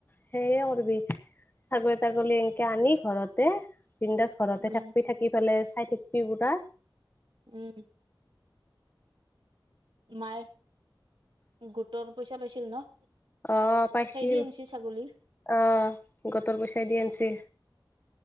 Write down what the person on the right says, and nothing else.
উম
উম। মায়ে গোটৰ পইচা পাইছিল ন।
সেই দি আনিছি ছাগলী